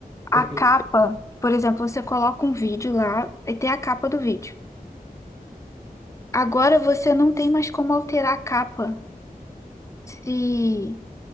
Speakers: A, on the left; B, on the right.
A: a
B: é que
A: capa,
B: eu,
A: por exemplo, você coloca um vídeo lá e tem a capa do vídeo. Agora você não tem mais como alterar a capa. Se